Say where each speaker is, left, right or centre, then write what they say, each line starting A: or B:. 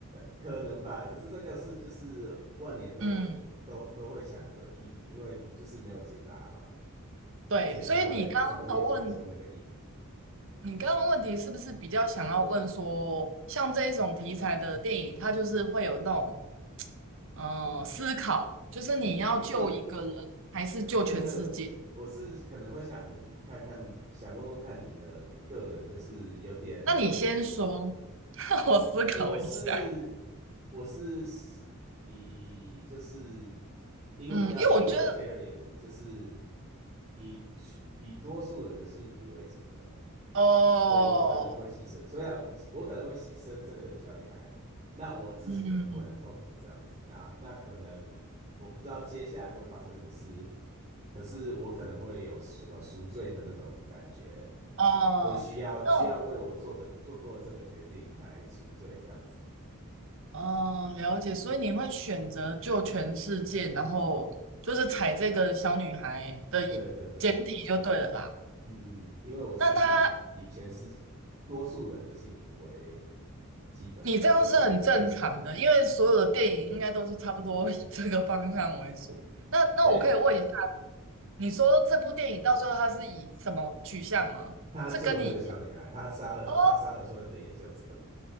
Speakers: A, on the right; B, on the right.
A: 可能吧。可是这个是就是万年都有的议，
B: 嗯，
A: 都都会想的议题，因为就是没有解答嘛，
B: 对，
A: 所以才会才会用来做那个议题。
B: 所以你刚刚的问，你刚刚问题是不是比较想要问说，像这一种题材的电影，它就是会有那种呃思考，就是你要救一个人还是救全世界？
A: 不是，对对，我是可能会想看看，想问问看你的个人，就是有点。
B: 那你先说，<laughs> 让我思考一下。
A: 我是我是以就是英文叫
B: 嗯，因为我觉得，
A: utilitarian，就是以以多数人的幸福为主的，
B: 哦，
A: 所以我可能会牺牲，虽然我可能会牺牲这个小女孩，那我自己可能会很痛苦这样子，
B: 嗯，
A: 那那可能我不知道接下来会发生什么事，可是我可能会有什么赎罪的那种感觉，
B: 哦，
A: 会需要需要为我做的做过这个决定来赎罪这样子。
B: 那我，哦，了解，所以你会选择救全世界，然后就是踩这个小女孩的一简体就对了啦。
A: 对对对，嗯嗯，因为我是以全是多数人的幸福为
B: 那他，
A: 基本的那种感觉。
B: 你这样是很正常的，因为所有的电影应该都是差不多以这个方向为主。那那我可以问一下，
A: 诶，
B: 你说这部电影到最后他是以什么取向吗？
A: 他救了那个小女孩，
B: 是跟你
A: 他杀了他杀了所有的研究者。
B: 哦